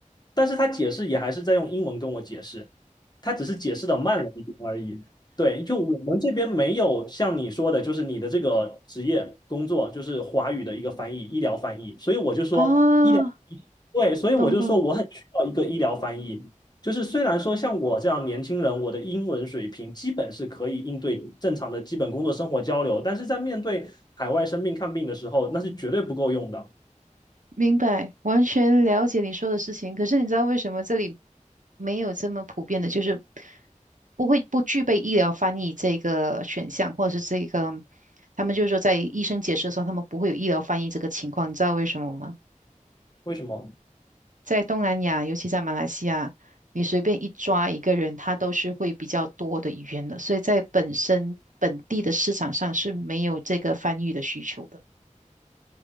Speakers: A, on the left; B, on the right.
A: 但是他解释也还是在用英文跟我解释，他只是解释的慢了一点而已。对，就我们这边没有像你说的，就是你的这个职业工作就是华语的一个翻译，医疗翻译，所以我就说医疗，
B: 啊，
A: 对，所以我就说我很需要一个医疗翻译，
B: 懂懂。
A: 就是虽然说像我这样年轻人，我的英文水平基本是可以应对正常的基本工作生活交流，但是在面对海外生病看病的时候，那是绝对不够用的。
B: 明白，完全了解你说的事情。可是你知道为什么这里没有这么普遍的，就是不会不具备医疗翻译这个选项，或者是这个，他们就是说在医生解释的时候，他们不会有医疗翻译这个情况。你知道为什么吗？
A: 为什么？
B: 在东南亚，尤其在马来西亚，你随便一抓一个人，他都是会比较多的语言的，所以在本身本地的市场上是没有这个翻译的需求的。